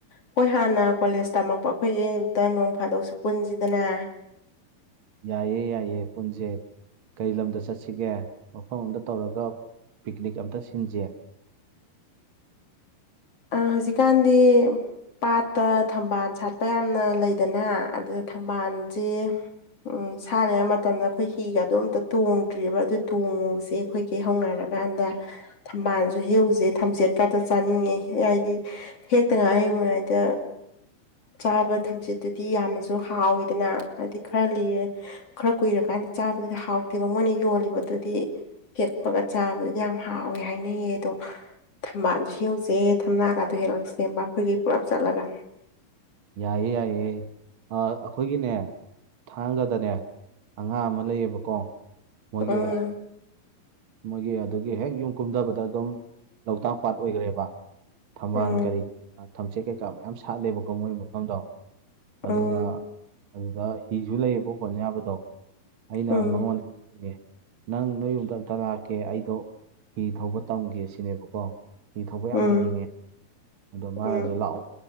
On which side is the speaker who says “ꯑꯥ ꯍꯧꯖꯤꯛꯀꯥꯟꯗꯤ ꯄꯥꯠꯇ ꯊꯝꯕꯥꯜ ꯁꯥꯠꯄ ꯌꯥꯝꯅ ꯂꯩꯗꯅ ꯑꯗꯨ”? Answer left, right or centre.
Left